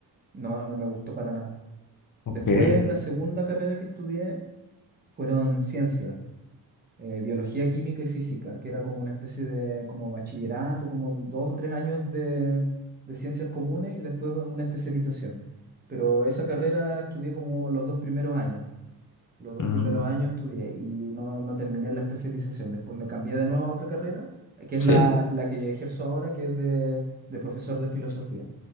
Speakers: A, on the right; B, on the left.
A: no, no me gustó para nada.
B: Ok.
A: Después, la segunda carrera que estudié fueron ciencia, eh, biología, química y física, que era como una especie de como bachillerato, como dos o tres años de, de ciencias comunes y después una especialización. Pero esa carrera estudié como los dos primeros años. Los dos
B: mm,
A: primeros años estudié y no, no terminé la especialización. Después me cambié de nuevo a otra carrera, que es
B: Sí.
A: la, la que ejerzo ahora, que es de, de profesor de filosofía.